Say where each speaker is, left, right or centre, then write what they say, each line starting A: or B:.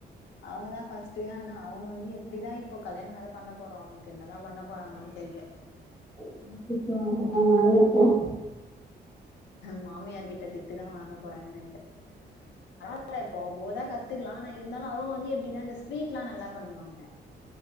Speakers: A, on the left (about 80°); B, in the centre.
A: அவுங்கதா ஃபஸ்ட்டு ஆனா அவுங்க வந்து எப்டிதா இப்போ கல்யாண வேற பண்ணப் போறோ அவங்களுக்கு என்னதா பண்ணப் போறாங்களோன் தெரியல
B: திட்டு வாங்க போறாங்க அவுங்க மாமியார்ட்ட
A: மாமியார் கிட்ட திட்டுதா வாங்க போறாங்கன்னு நெனைக்கற பரவால்ல இப்போ போதா கத்துக்கலா ஆனா இருந்தாலு அவுங்க வந்து எப்டின்னா இந்த ஸ்வீட் எல்லா நல்லா பண்ணுவாங்க